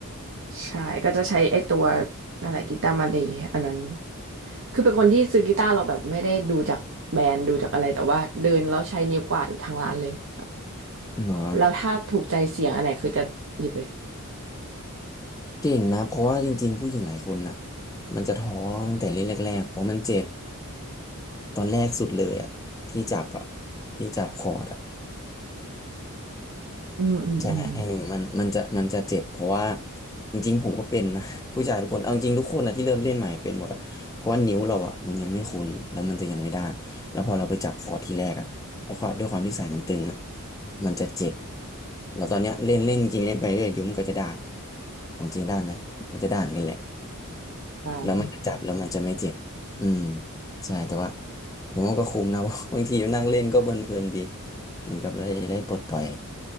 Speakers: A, on the right; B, on the left.
A: ใช่ก็จะใช้ไอ้ตัวอะไรกีตาร์มาเลยอันนั้นคือเป็นคนที่ซื้อกีตาร์เราแบบไม่ได้ดูจากแบรนด์ดูจากอะไรแต่ว่าเดินแล้วใช้นิ้วกวาดทางร้านเลยแ
B: เนาะ
A: ล้วถ้าถูกใจเสียงอันไหนคือจะหยิบเลย
B: เก่งนะเพราะว่าจริงๆผู้หญิงหลายคนน่ะมันจะท้อตั้งแต่เล่นแรกๆเพราะมันเจ็บตอนแรกสุดเลยอ่ะที่จับอ่ะที่จับคอร์ดอ่ะ
A: อืมอืมอืม
B: ใช่ไหมเออมันมันจะมันจะเจ็บเพราะว่าจริงๆผมก็เป็นนะ <laughs> ผู้ชายทุกคนเอาจริงทุกคนนะที่เริ่มเล่นใหม่เป็นหมดอะเพราะว่านิ้วเราอะมันยังไม่คุ้นแล้วมันจะยังไม่ด้านแล้วพอเราไปจับคอร์ทีแรกอะแล้วความด้วยความที่สายมันตึงอะมันจะเจ็บแล้วตอนเนี้ยเล่นเล่นจริงเล่นไปเรื่อยเดี๋ยวมันก็จะด้านของจริงด้านไหมมันจะด้านกันแหละ
A: บ้าน
B: แล้วมันจะจับแล้วมันจะไม่เจ็บอืมใช่แต่ว่าผมว่าก็คุ้มนะ <laughs> บางทีนั่งเล่นก็เพลินๆดีเหมือนกับได้ได้ปลดปล่อย